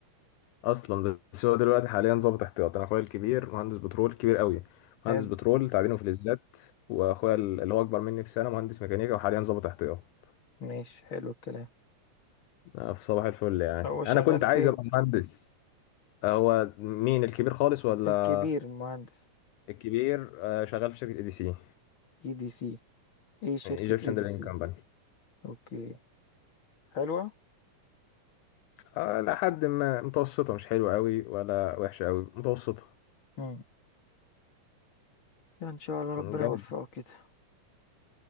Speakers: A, on the left; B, on the left.
A: اصلا بس هو دلوقتي حاليا ظابط احتياط انا اخويا الكبير مهندس بترول كبير قوي
B: حلو
A: مهندس بترول تعدين وفلزات واخويا ال- اللي هو اكبر مني بسنه مهندس ميكانيكا وحاليا ظابط احتياط
B: ماشي حلو الكلام
A: آه، في صباح الفل يعني
B: هو
A: انا
B: شغال
A: كنت عايز
B: فين
A: ابقى مهندس آه، هو مين الكبير خالص ولا
B: الكبير مهندس
A: الكبير آه، شغال في شركه اي دي سي
B: اي دي سي ايه شركة
A: ايجيبشن
B: اي دي
A: درينج
B: سي
A: كمباني
B: اوكي حلوة
A: آه، لحد ما متوسطه مش حلوه قوي ولا وحشه قوي متوسطه
B: امم ان شاء الله ربنا
A: مم، جامد
B: يوفقه كده